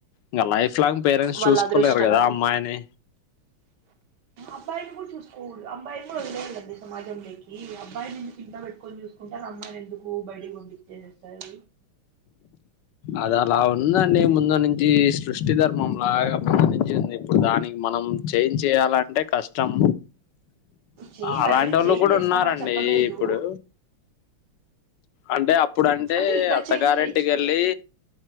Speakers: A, on the left (about 70°); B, on the right (about 60°).
A: ఇంకా లైఫ్ లాంగ్ పేరెంట్స్
B: వాళ్ళ
A: చూసుకోలేరు
B: అదృష్టం
A: కదా అమ్మాయిని
B: అబ్బాయిని కూడా చూసుకోకూడదు అబ్బాయిని కూడా వదిలేయండి సమాజంంలోకి అబ్బాయిని ఎందుకు ఇంట్లో పెట్టుకొని చూసుకో కుంటారు అమ్మాయిని ఎందుకు బయటికి పంపించేసేస్తారని
A: అది అలా ఉందండి ముందు నుంచి సృష్టి ధర్మం లాగ ముందు నుంచి ఉంది దానికి మనం చేంజ్ చేయాలంటే కష్టం
B: చేయి
A: అలాంటి
B: మనం
A: వాళ్ళు
B: చేంజ్
A: కూడ
B: చేస్తామని
A: ఉన్నారండి
B: చెప్పలేదు
A: ఇప్పుడు అంటే అప్పుడంటే
B: అంటే ఇంటర్చేంజ్
A: అత్తగారింటికి
B: చేయొచ్చు
A: వెళ్లి
B: కదా